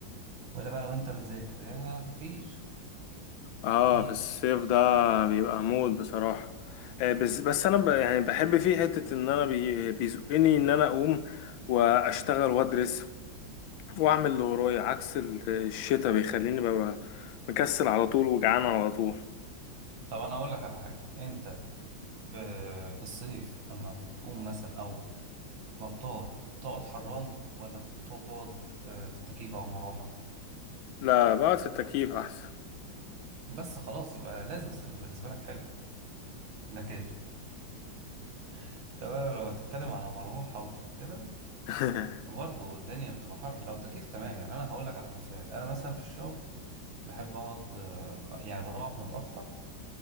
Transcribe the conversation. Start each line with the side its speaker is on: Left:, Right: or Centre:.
Right: ولا بقى لو انت بتذاكر يا مفيش
Left: آه
Right: مفيش
Left: في الصيف ده بيبقى موت بصراحة آه، بس بس أنا ب يعني بحب فيه حتة إن أنا بي بيزقني إن أنا أقوم وأشتغل وأدرس وأعمل اللي ورايا عكس ال- الشتاء بيخليني ببقى مكسل على طول وجعان على طول
Right: طب انا اقول لك على حاجه انت في في الصيف اما بتقوم مثلا او ما بتقعد بتقعد حران ولا بتقعد آه، في تكييف او مروحه
Left: لا بقعد في التكييف احسن
Right: بس خلاص يبقى لازم الصيف يبقى بالنسبه لك حلو لكن <laughs> تمام لو هتتكلم على مروحه وكده
Left: <laughs>
Right: برضه الدنيا بتبقى حر لو تكييف تمام يعني انا هقول لك على مثال انا مثلا في الشغل بحب اقعد آه، يعني بروح متاخر